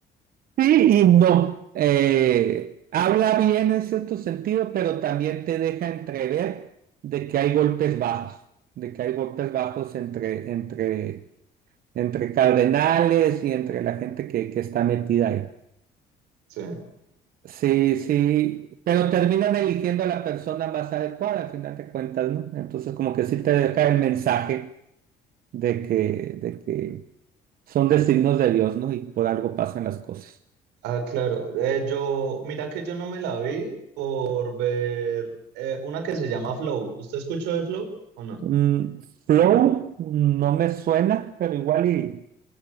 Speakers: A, on the right (about 60°); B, on the right (about 90°).
A: sí y no. Eh, habla bien en cierto sentido, pero también te deja entrever de que hay golpes bajos, de que hay golpes bajos entre, entre, entre cardenales y entre la gente que, que está metida ahí.
B: Sí.
A: Sí, sí, pero terminan eligiendo a la persona más adecuada al final de cuentas, ¿no? Entonces como que sí te deja el mensaje de que, de que son designios de Dios, ¿no? Y por algo pasan las cosas.
B: Ah, claro. Eh, yo, mira que yo no me la vi por ver eh, una que se llama Flow. ¿Usted escuchó de Flow o no?
A: Mm, Flow mm, no me suena, pero igual y,